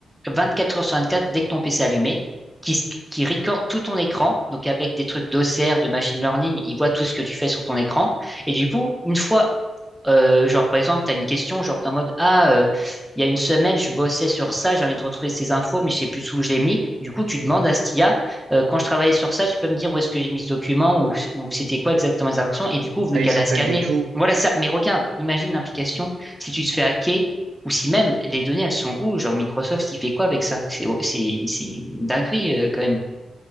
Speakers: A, in the centre; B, on the right.
A: 24 heures sur 24 dès que ton PC est allumé, qui, s- qui recorde tout ton écran. Donc avec des trucs d'OCR, de machine learning, il voit tout ce que tu fais sur ton écran. Et du coup, une fois euh, genre, par exemple, tu as une question, genre, t'es en mode, ah, euh, il y a une semaine, je bossais sur ça, j'ai envie de retrouver ces infos, mais je sais plus où je l'ai mis. Du coup, tu demandes à Stia, euh, quand je travaillais sur ça, tu peux me dire où est-ce que j'ai mis ce document ou, ou c'était quoi exactement les informations. Et du coup, vu
B: Ah,
A: qu'elle
B: il se
A: a
B: rappelle
A: scanné,
B: de tout.
A: voilà ça. Mais regarde, imagine l'implication si tu te fais hacker ou si même les données, elles sont où? Genre, Microsoft, il fait quoi avec ça? C'est, c'est, c'est une dinguerie, euh, quand même.